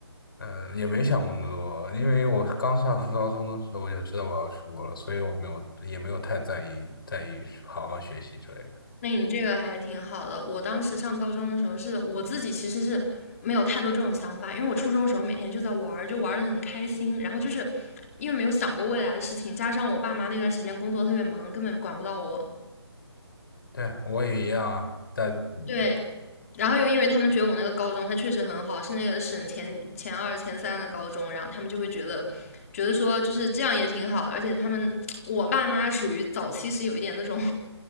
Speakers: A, on the left; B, on the left.
A: 呃，也没想过那么多，因为我刚上高中的时候我就知道我要出国了，所以我没有也没有太在意在意好好学习之类的。
B: 那你这个还挺好的。我当时上高中的时候是，我自己其实是没有太多这种想法，因为我初中的时候每天就在玩儿，就玩的很开心。然后就是因为没有想过未来的事情，加上我爸妈那段时间工作特别忙，根本管不到我。
A: 对，我也一样啊，但嗯
B: 对，然后又因为他们觉得我那个高中它确实很好，是那个省前前二、前三的高中，然后他们就会觉得，觉得说就是这样也挺好的，而且他们 <tsk> 我爸妈属于早期是有一点那种